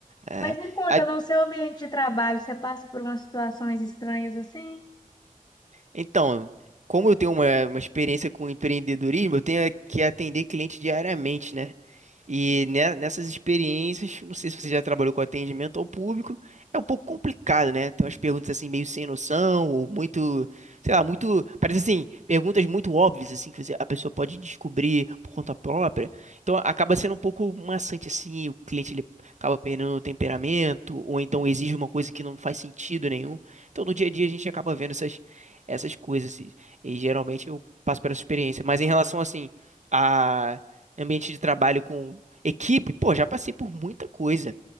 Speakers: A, on the right (about 55°); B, on the left (about 30°).
A: É.
B: Mas me conta,
A: A-
B: no seu ambiente de trabalho, você passa por umas situações estranhas assim?
A: Então, como eu tenho uma, uma experiência com empreendedorismo, eu tenho que atender cliente diariamente, né? E ne- nessas experiências, não sei se você já trabalhou com atendimento ao público, é um pouco complicado, né? Tem umas perguntas assim meio sem noção, ou muito, sei lá, muito, parece assim, perguntas muito óbvias assim que você- a pessoa pode descobrir por conta própria. Então acaba sendo um pouco maçante assim, o cliente ele acaba perdendo o temperamento, ou então exige uma coisa que não faz sentido nenhum. Então no dia a dia a gente acaba vendo essas essas coisas. E, e geralmente eu passo por essa experiência. Mas em relação, assim, a ambiente de trabalho com equipe, pô, já passei por muita coisa.